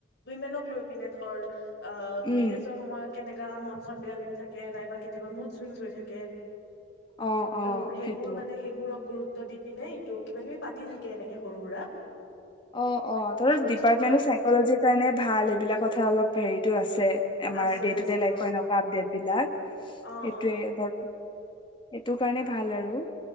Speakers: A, on the left; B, on the left.
A: উই মেনক লৈ পিনে ধৰ। অ'
B: উম
A: পিৰিয়ডছৰ সময়ত কেনেকা মন চন বেয়া লাগি থাকে। থে নাইবা কেতিয়াবা মুড চুইংছ হৈ থাকে।
B: অ
A: ত'
B: অ
A: সেইবোৰ
B: সেইটো
A: মানে সেইবোৰক গুৰুত্ব ত দি পিনে এইটো কিবা কিবি পাতি থাকে এনেকে সৰু সুৰা।
B: অ'অ'তহঁতৰ
A: আৰু
B: ডিপাৰ্টমেন্ট
A: যিহেতু
B: টো চাইকজিৰ কাৰণে ভাল সেইবিলাক কথা অলপ হেৰি। টো আছে। আমাৰ
A: আছে
B: দে
A: আছে
B: টু ডে লাইফৰ
A: অ
B: এনেকুৱা আপডেট বিলাক সেইটোৱে
A: অ অ
B: বৰ্তমান। সেইটো কাৰণে ভাল আৰু।